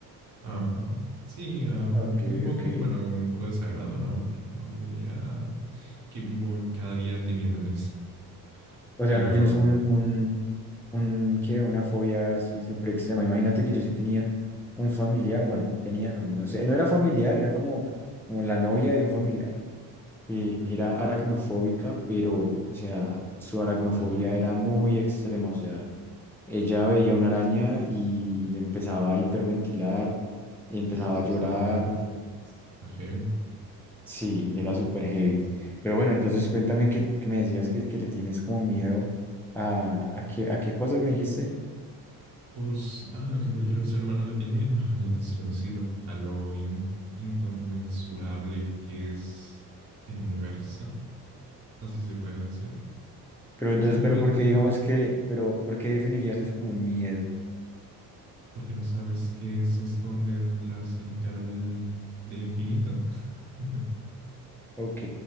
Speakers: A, on the right; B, in the centre.
A: Ajá. Sí, ah, un,
B: Ok,
A: un poco,
B: ok.
A: bueno, un poco desagrado, ¿no? Pero no diría que vivo cada día temiéndoles. <laughs>
B: O
A: Pero,
B: sea, ¿no tienes un, un, un, qué, una fobia así súper extrema? Imagínate que yo sí tenía un familiar, bueno, tenía, no, no sé, no era familiar, era como, como la novia de un familiar que
A: ajá,
B: era aracnofóbica, pero, o sea, su aracnofobia
A: brutal.
B: era muy extrema, o sea, ella veía una araña y empezaba a hiperventilar, empezaba
A: Oye, eso
B: a llorar,
A: está, está heavy.
B: sí, era súper heavy. Pero bueno, entonces cuéntame que, que me decías que, que le tienes como miedo a, a, qué, a qué cosas me dijiste,
A: Pues, a lo que cualquier ser humano le tiene miedo, a lo desconocido, a lo in- inconmensurable que es el universo, así se puede decir.
B: pero entonces,
A: Simplemente
B: pero ¿por qué digamos que, pero ¿por qué definirías eso como un miedo?
A: porque no sabes qué se esconde detrás de la cara del, del infinito. <laughs>
B: Ok,